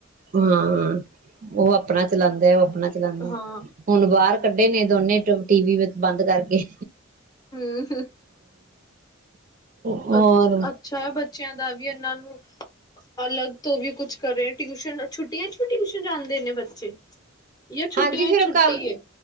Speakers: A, on the right; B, on the left.
A: ਹਾਂ ਉਹ ਆਪਣਾ ਚਲਾਦਾ ਉਹ ਆਪਣਾ ਚਲਾਉਦਾ
B: ਹਾਂ
A: ਹੁਣ ਬਾਹਰ ਕੱਢੇ ਨੇ ਦੋਨੇ ਟ ਟੀ ਵੀ ਵਿੱਚ ਬੰਦ ਕਰਕੇ
B: ਹੂੰ, ਹੂੰ
A: ਹੋਰ
B: ਅ ਅੱਛਾ ਬੱਚਿਆਂ ਦਾ ਵੀ ਇਹਨਾਂ ਨੂੰ ਅਲੱਗ ਤੋਂ ਵੀ ਕੁਛ ਕਰੇ ਟਿਊਸ਼ਨ ਛੁੱਟੀਆਂ ਚ ਟਿਊਸ਼ਨ ਜਾਂਦੇ ਨੇ ਬੱਚੇ ਜਾਂ ਛੁੱਟੀਆਂ
A: ਹਾਂਜੀ ਫਿਰ
B: ਛੁੱਟੀ
A: ਕ
B: ਹੈ